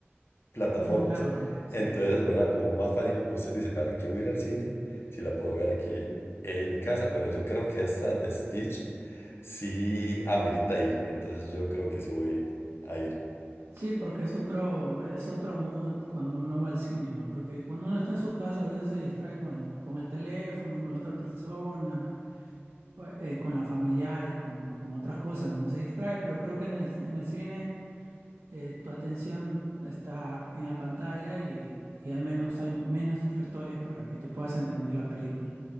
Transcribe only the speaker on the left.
plataformas,
entonces, ¿verdad? Como más fácil, usted dice, ¿para qué voy a ir al cine si la puedo ver aquí eh, en mi casa? Pero yo creo que esta de Stitch sí amerita ir, entonces yo creo que sí voy a ir.